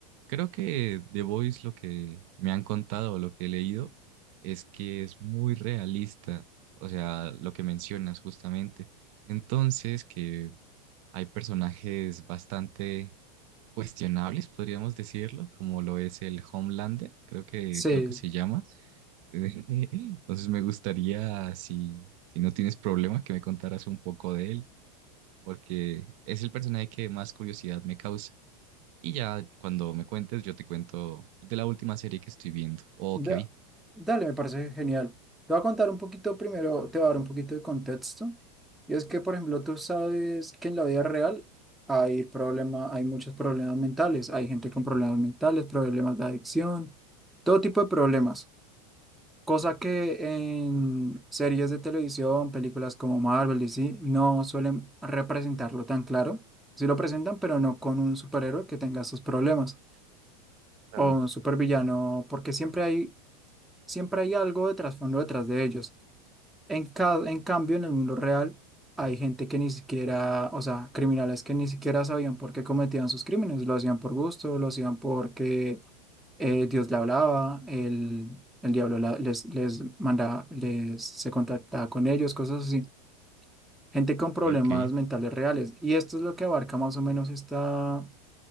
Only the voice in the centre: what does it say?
Sí,
Da-
dale, me parece genial. Te voy a contar un poquito primero, te voy a dar un poquito de contexto. Y es que, por ejemplo, tú sabes que en la vida real hay problema, hay muchos problemas mentales. Hay gente con problemas mentales, problemas de adicción, todo tipo de problemas. Cosa que en series de televisión, películas como Marvel y sí, no suelen representarlo tan claro. Sí lo presentan, pero no con un superhéroe que tenga esos problemas
o un supervillano, porque siempre hay Siempre hay algo de trasfondo detrás de ellos. En, ca- en cambio, en el mundo real hay gente que ni siquiera, o sea, criminales que ni siquiera sabían por qué cometían sus crímenes. Lo hacían por gusto, lo hacían porque eh, Dios le hablaba, el, el diablo la- les, les manda, les se contactaba con ellos, cosas así. Gente con problemas
mentales reales. Y esto es lo que abarca más o menos esta